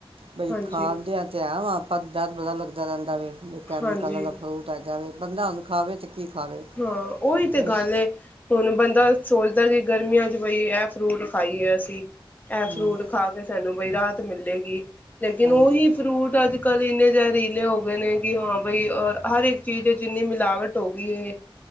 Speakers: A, on the right (about 80°); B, on the left (about 20°).
A: ਬਈ
B: ਹਾਂਜੀ
A: ਖਾਦਿਆਂ ਤੇ ਆ ਵਾਂ ਪਰ ਡਾਰ ਬੜਾ ਲੱਗਦਾ ਰਹਿੰਦਾ ਹੈ ਕੈਮੀ
B: ਹਾਂਜੀ
A: ਕਲ ਆਲਾ ਫਰੂਟ ਹੈਗਾ ਵੇ ਬੰਦਾ ਉਹਨੂੰ ਖਾਵੇ ਤੇ ਕੀ ਖਾਵੇ
B: ਹਾਂ ਉਹੀ ਤੇ ਗੱਲ
A: ਇਸ
B: ਏ ਹੁਣ ਬੰਦਾ ਸੋਚਦਾ ਸੀ ਗਰਮੀਆਂ ਚ ਬਈ ਇਹ ਫਰੂਟ ਖਾਈਏ ਅਸੀਂ ਇਹ
A: ਹੂੰ
B: ਫਰੂਟ ਖਾ ਕੇ ਸਾਨੂੰ ਬਈ ਰਾਤ ਮਿਲੇਗੀ ਲੇਕਿਨ
A: ਹਾਂਜੀ
B: ਉਹੀ ਫਰੂਟ ਅੱਜ ਕੱਲ੍ਹ ਇੰਨੇ ਜ਼ਹਿਰੀਲੇ ਹੋ ਗਏ ਨੇ ਕਿ ਹਾਂ ਬਈ ਹਰ ਇੱਕ ਚੀਜ਼ ਚ ਇੰਨੀ ਮਿਲਾਵਟ ਹੋ ਗਈ ਹੈ